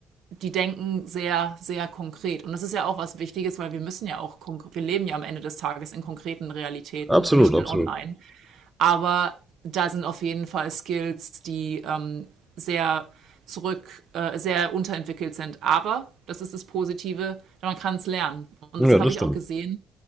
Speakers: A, on the right; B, in the centre.
A: die denken sehr, sehr konkret. Und das ist ja auch was Wichtiges, weil wir müssen ja auch, konk- wir leben ja am Ende des Tages in konkreten Realitäten
B: Absolut,
A: und nicht
B: absolut.
A: in online. Aber da sind auf jeden Fall Skills, die ähm, sehr zurück, äh, sehr unterentwickelt sind. Aber das ist das Positive, man kann es lernen. Und
B: Ja,
A: das
B: das
A: habe ich
B: stimmt.
A: auch gesehen.